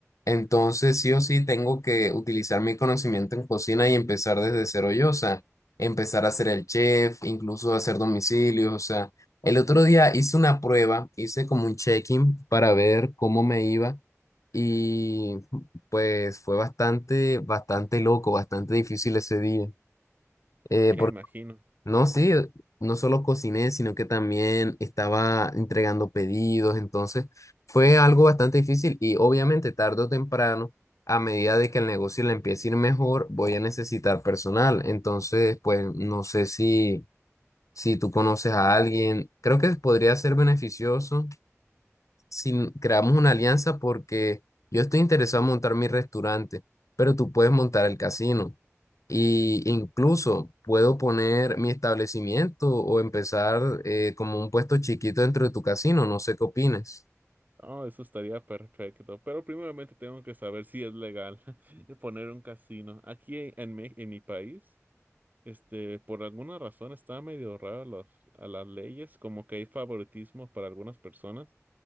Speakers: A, on the left (about 80°); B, on the right (about 35°).
A: Entonces, sí o sí, tengo que utilizar mi conocimiento en cocina y empezar desde cero yo, o sea, empezar a ser el chef, incluso hacer domicilios, o sea, el otro día hice una prueba, hice como un check-in para ver cómo me iba y pues fue bastante, bastante loco, bastante difícil ese día. Eh,
B: Ya imagino.
A: no, sí, no solo cociné, sino que también estaba entregando pedidos, entonces fue algo bastante difícil y obviamente tarde o temprano, a medida de que el negocio le empiece a ir mejor, voy a necesitar personal. Entonces, pues no sé si, si tú conoces a alguien, creo que podría ser beneficioso si creamos una alianza porque yo estoy interesado en montar mi restaurante, pero tú puedes montar el casino. Y incluso puedo poner mi establecimiento o empezar eh, como un puesto chiquito dentro de tu casino, no sé qué opines.
B: Oh, eso estaría perfecto. Pero primeramente tengo que saber si es legal <laughs> poner un casino. Aquí en mi, en mi país, este, por alguna razón está medio raro los, a las leyes, como que hay favoritismo para algunas personas.